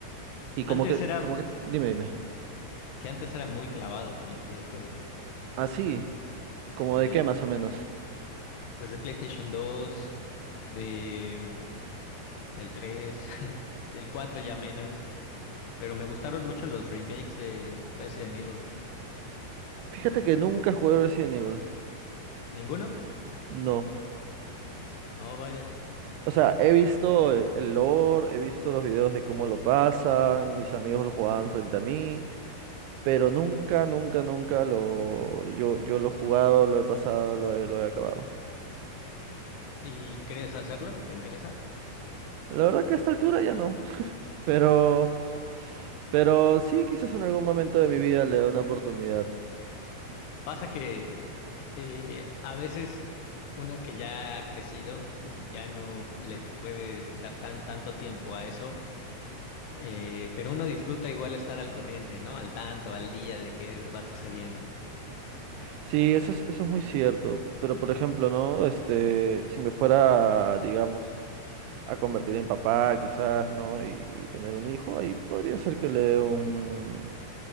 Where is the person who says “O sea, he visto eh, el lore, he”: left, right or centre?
Right